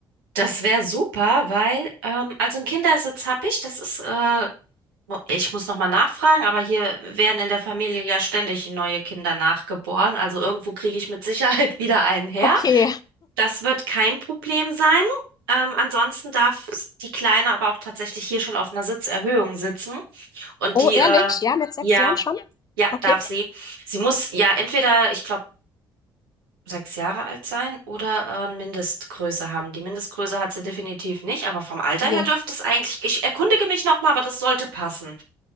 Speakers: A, on the right; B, on the left.
A: das wäre super, weil, ähm, also ein Kindersitz habe ich, das ist, äh, ich muss nochmal nachfragen, aber hier werden in der Familie ja ständig neue Kinder nachgeboren, also irgendwo kriege ich mit Sicherheit <laughs> wieder einen her.
B: Okay.
A: Das wird kein Problem sein. Ähm, ansonsten darf die Kleine aber auch tatsächlich hier schon auf einer Sitzerhöhung sitzen und
B: Oh,
A: die,
B: ehrlich?
A: äh,
B: Ja, mit 6
A: ja,
B: Jahren schon?
A: ja,
B: Okay.
A: darf sie. Sie muss ja entweder, ich glaube, sechs Jahre alt sein oder äh, eine Mindestgröße haben. Die Mindestgröße hat sie definitiv nicht, aber vom Alter
B: Ne.
A: her dürfte es eigentlich, ich erkundige mich nochmal, aber das sollte passen.